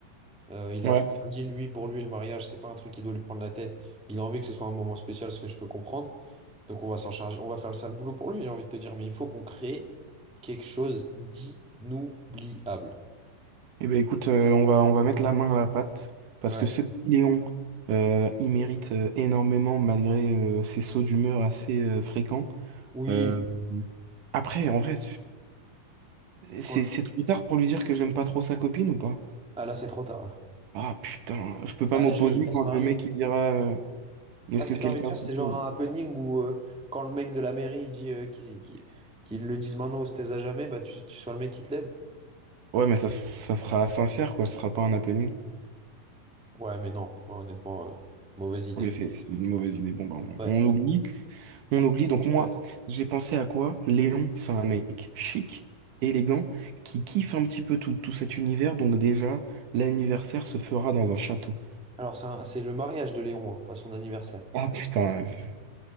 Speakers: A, in the centre; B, on the right.
A: Euh, il
B: ouais.
A: a très bien dit, lui, pour lui, le mariage, c'est pas un truc qui doit lui prendre la tête. Il a envie que ce soit un moment spécial, ce que je peux comprendre. Donc on va s'en charger, on va faire le sale boulot pour lui, j'ai envie de te dire, mais il faut qu'on crée quelque chose d'inoubliable.
B: Eh ben écoute, euh, on va, on va mettre la main à la pâte parce
A: Ouais.
B: que ce petit Léon, euh, il mérite euh, énormément malgré euh, ses sauts d'humeur assez euh, fréquents.
A: Oui.
B: Euh, après, en vrai, c'est,
A: Quoi?
B: c'est trop tard pour lui dire que j'aime pas trop sa copine ou pas?
A: Ah là, c'est trop tard.
B: Ah putain, je peux pas
A: Ah,
B: m'opposer
A: Jules, il va
B: quand
A: se marier.
B: le mec il dira euh, est-ce
A: Ah, ce
B: que
A: que
B: quelqu'un
A: tu as envie de faire,
B: s'oppose?
A: c'est genre un happening où euh, quand le mec de la mairie il dit euh, qu'il- qu'il- qu'ils le disent maintenant ou se taise à jamais, bah tu, tu sois le mec qui te lève.
B: Ouais, mais ça, ça sera sincère quoi, ce sera pas un appelé.
A: Ouais, mais non, moi, honnêtement, euh, mauvaise idée.
B: Ok, c'est c'est une mauvaise idée. Bon, bah, on,
A: Ouais.
B: on oublie. On oublie, donc moi,
A: Euh,
B: j'ai pensé à quoi? Léon, c'est un mec chic, élégant, qui kiffe un petit peu tout, tout cet univers, donc déjà, l'anniversaire se fera dans un château.
A: Alors, c'est un- c'est le mariage de Léon, hein, pas son anniversaire.
B: Ah putain, euh,